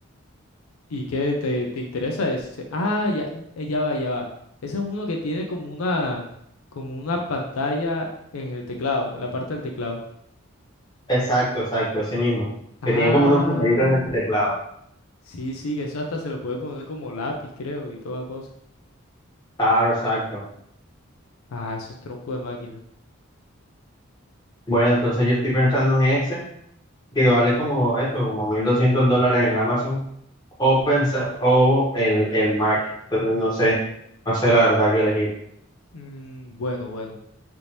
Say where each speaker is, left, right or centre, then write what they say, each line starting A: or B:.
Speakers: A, on the left (about 80°); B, on the left (about 20°).
A: ¿Y qué te, te interesa ese? Ah, ya, eh, ya va, ya va. Ese es uno que tiene como una, como una pantalla en el teclado, en la parte del teclado.
B: exacto, exacto, ese mismo, que
A: Ah,
B: tiene como unos numeritos en el teclado.
A: sí, sí, que eso hasta se lo puede poner como lápiz, creo, y toda cosa.
B: Claro, exacto.
A: Ah, eso es tronco de máquina.
B: Bueno, entonces yo estoy pensando en ese, que vale como eso, como 1.200 dólares en Amazon, o, pensar, o el, el Mac, entonces no sé, no sé la verdad que elegir.
A: Mm, bueno, bueno.